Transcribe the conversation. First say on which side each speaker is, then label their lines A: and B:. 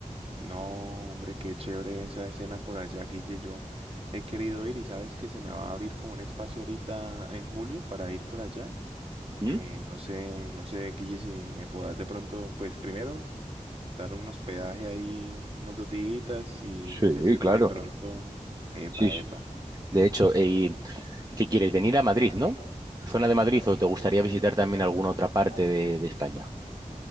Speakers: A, on the right (about 45°); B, on the right (about 30°).
A: No, hombre, qué chévere esa escena por allá, Guille. Yo he querido ir y sabes que se me va a abrir como un espacio ahorita en julio para ir por allá.
B: ¿Mm?
A: Eh, no sé, no sé, Guille, si me podás de pronto, pues primero dar un hospedaje ahí unos dos días y
B: Sí,
A: decirme
B: claro.
A: de pronto, epa,
B: Sí, sí.
A: epa.
B: De hecho, eh, ¿Qué quieres? Venir a Madrid, ¿no? ¿Zona de Madrid o te gustaría visitar también alguna otra parte de, de España?